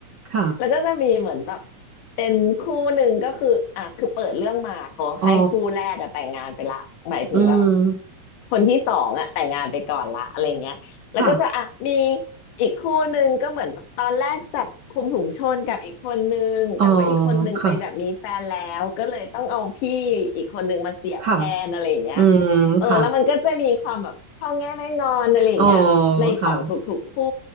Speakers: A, on the right (about 60°); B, on the left (about 65°).
A: ค่ะ
B: แล้วก็จะมีเหมือนแบบเป็นคู่หนึ่งก็คืออ่ะคือเปิดเรื่องมาเขาให้คู่แรกอะแต่งงานไปละหมายถึงว่า
A: อ๋ออืม
B: คนที่สองอะแต่งงานไปก่อนละอะไรเงี้ยแล้วก็จะอ่ะมี
A: ค่ะ
B: อีกคู่หนึ่งก็เหมือนแบบตอนแรกจับคุมถุงชนกับอีกคนนึงแต่ว่าอีกคนนึงไปแบบมีแฟนแล้วก็เลยต้องเอาพี่อีกคนนึงมาเสียบแทนอะไรอย่างเงี้ย
A: อ๋อค่ะค่ะอืมค่ะ
B: เออแล้วมันก็จะมีความแบบพ่อแง่แม่งอนอะไรอย่างเงี้ยในของทุกๆคู่
A: อ๋อค่ะ